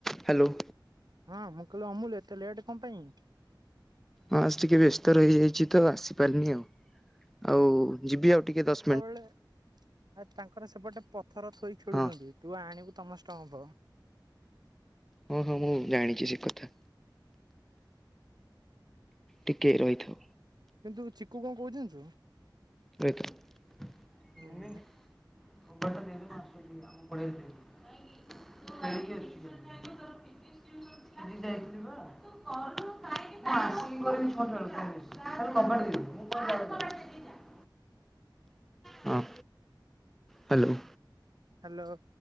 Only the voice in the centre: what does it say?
ହ୍ୟାଲୋ।
ଫାଷ୍ଟେ ଟିକେ ବ୍ୟସ୍ତ ରହିଯାଇଛି ତ ଆସିପାରିନି ଆଉ ଆଉ ଯିବି ଆଉ ଟିକେ ଦ ଶ୍
ହଁ
ହଁ ହଁ ମୁଁ ଜାଣିଛି ସେ କଥା। ଟିକେ ରହିଥ
ଏଇଟା।
ମୁଟ <inaudible> <unintelligible> <inaudible> ଆ କବାଟ ଦେଇ ଦେଇକି ଯା। ହଁ। ହ୍ୟାଲୋ।